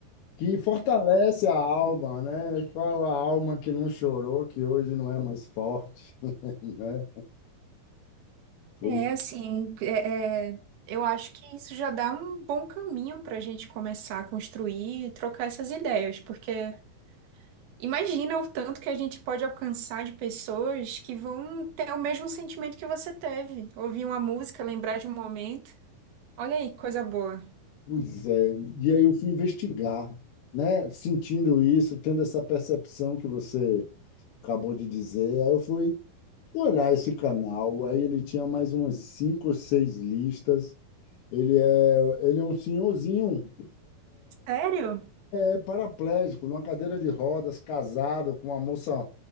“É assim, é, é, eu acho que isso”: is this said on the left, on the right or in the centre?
Right